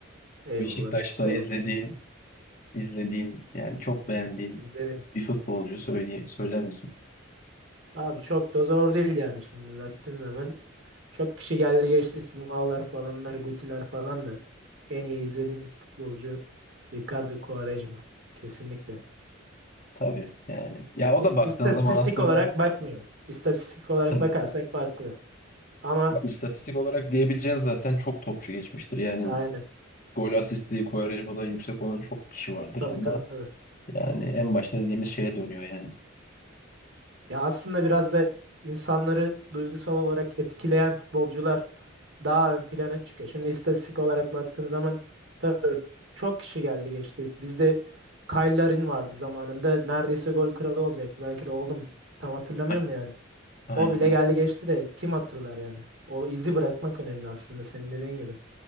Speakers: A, on the right (about 60°); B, on the left (about 40°).
A: Eyvallah
B: Beşiktaş'ta
A: biz sorduk.
B: izlediğin, izlediğin yani çok beğendiğin
A: İzledim.
B: bir futbolcu söyleyeyim, söyler misin?
A: Abi çok da zor değil yani şimdi baktığın zaman. Çok kişi geldi geçti Simalar falanlar Gutiler falan da. En iyi izlediğim futbolcu Ricardo Quaresma. Kesinlikle.
B: Tabii yani. Ya o da baktığın
A: İstatistik
B: zaman aslında
A: olarak bakmıyorum. İstatistik olarak
B: tabii.
A: bakarsak farklı. Ama
B: Bak, istatistik olarak diyebileceğin zaten çok topçu geçmiştir. Yani
A: aynen.
B: gol asisti, kovarajı da yüksek olan çok kişi vardır
A: Tabii
B: ama
A: tabii.
B: Yani en başta dediğimiz şeye dönüyor yani.
A: Ya aslında biraz da insanları duygusal olarak etkileyen futbolcular daha ön plana çıkıyor. Şimdi istatistik olarak baktığın zaman tabii çok kişi geldi geçti. Bizde Kyle Larin vardı zamanında. Neredeyse gol kralı olacaktı. Belki de oldum. Tam hatırlamıyorum
B: A-
A: da yani.
B: Aynen,
A: O bile geldi geçti de kim hatırlar yani. O izi bırakmak önemli aslında senin dediğin gibi.